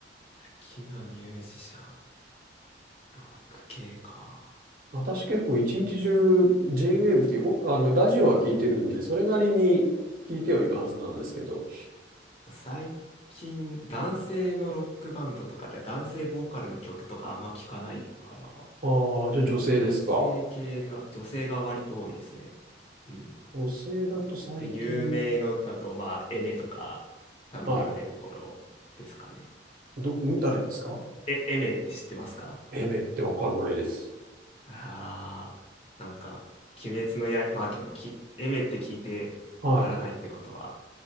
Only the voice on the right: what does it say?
私結構一日中 J-Wave っていうお、あの、ラジオは聞いてるんで、それなりに聞いてはいるはずなんですけど。
ああ、じゃあ女性ですか。
女性だと最近、
はい。ど、ん誰ですか
エメってわかんないです。
は